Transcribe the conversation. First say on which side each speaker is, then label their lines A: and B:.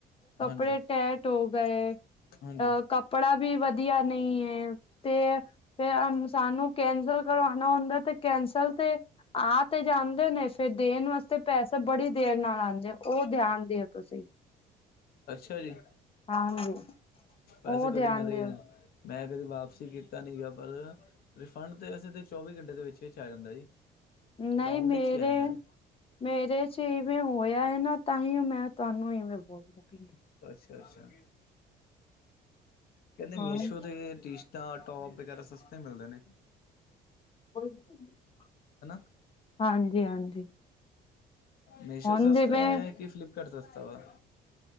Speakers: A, on the left (about 35°); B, on the left (about 65°).
A: ਕੱਪੜੇ
B: ਹਾਂਜੀ
A: ਟੈਟ ਹੋ ਗਏ।
B: ਹਾਂਜੀ।
A: ਅ ਕੱਪੜਾ ਵੀ ਵਧੀਆ ਨਹੀਂ ਹੈ। ਤੇ ਫੇਰ ਸਾਨੂੰ ਕੈਂਸਲ ਕਰਵਾ। ਹੁੰਦਾ ਤੇ ਕੈਂਸਲ ਤੇ। ਆ ਤੇ ਜਾਂਦੇ ਨੇ ਫੇਰ ਦੇਣ ਵਾਸਤੇ ਪੈਸੇ ਬੜੀ ਦੇਰ ਨਾਲ ਆਂਦੇ ਓ ਧਿਆਨ ਦਿਓ ਤੁਸੀਂ।
B: ਅੱਛਾ ਜੀ।
A: ਹਾਂਜੀ।
B: ਵੈਸੇ
A: ਉਹ
B: ਕਦੀ
A: ਧਿਆਨ
B: ਮੈਂ ਤੇ
A: ਦਿਓ
B: ਮੈਂ ਕਦੀ ਵਾਪਸੀ ਕੀਤਾ ਨੀਗਾ ਪਰ। ਰਿਫੰਡ ਤੇ ਵੇਸੇ ਚੌਵੀ ਘੰਟੇ ਦੇ ਵਿੱਚ-ਵਿੱਚ ਆ ਜਾਂਦਾ ਜੀ।
A: ਨਈ
B: ਅਕਾਊਂਟ
A: ਮੇਰੇ।
B: ਵਿੱਚ ਹੀ ਆ ਜਾਂਦਾ
A: ਮੇਰੇ ਚ ਇਵੇਂ ਹੋਇਆ ਹੈ ਨਾ ਤਾਂਹੀ ਮੈਂ ਤੁਹਾਨੂੰ ਇਵੇਂ ਬੋਲ ਲਗੀ।
B: ਅੱਛਾ ਅੱਛਾ, ਕਹਿੰਦੇ
A: ਹਾਂ
B: ਮੇਸ਼ੋ ਤੇ ਤਾਂ ਟੋਪ ਵਗੈਰਾ ਸਸਤੇ ਮਿਲਦੇ ਨੇ।
A: <unintelligible>
B: ਹੈ ਨਾ।
A: ਹਾਂਜੀ ਹਾਂਜੀ
B: ਮੀਸ਼ੋ
A: ਹੁਣ
B: ਸਸਤਾ
A: ਜਿਵੇਂ
B: ਏ ਕਿ ਫਲਿਪਕਾਰਡ ਸਸ ਤੇ ਔਰ।